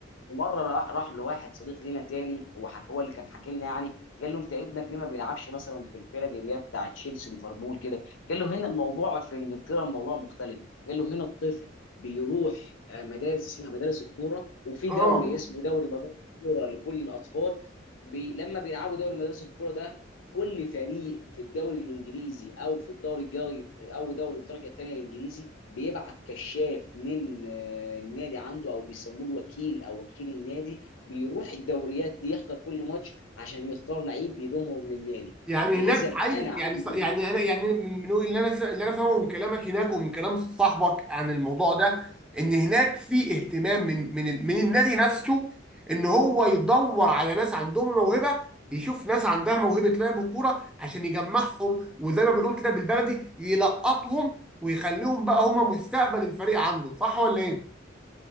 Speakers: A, on the left; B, in the centre.
A: ومره راح راح لواحد صديق لينا تاني وحك هو اللي كان حاكي لنا يعني قال له انت ابنك ليه ما بيلعبش مثلا في الفرق اللي هي بتاع تشيلسي ليفربول كده قال له هنا الموضوع في انجلترا الموضوع مختلف قال له هنا الطفل بيروح آه، مدارس اسمها مدارس الكوره وفي
B: اه
A: دوري اسمه دوري مدارس الكوره لكل الاطفال بي لما بيلعبوا دوري مدارس الكوره ده كل فريق في الدوري الانجليزي او في الدوري الجاي او دوري الدرجه الثانيه الانجليزي بيبعت كشاف من آه، النادي عنده او بيسموه الوكيل او وكيل النادي بيروح الدوريات دي يحضر كل ماتش عشان يختار لعيب يضمهم للنادي
B: يعني
A: يبقى
B: هناك
A: اذا
B: عايز
A: انا عامل
B: يعني يعني انا يعني من اللي انا اللي انا فاهمه من كلامك هناك ومن كلام صاحبك عن الموضوع ده ان هناك في اهتمام من من من النادي نفسه ان هو يدور على ناس عندهم موهبه يشوف ناس عندها موهبه لعب الكوره عشان يجمعهم وزي ما بنقول كده بالبلدي يلقطهم ويخليهم بقى هم مستقبل الفريق عنده صح ولا ايه؟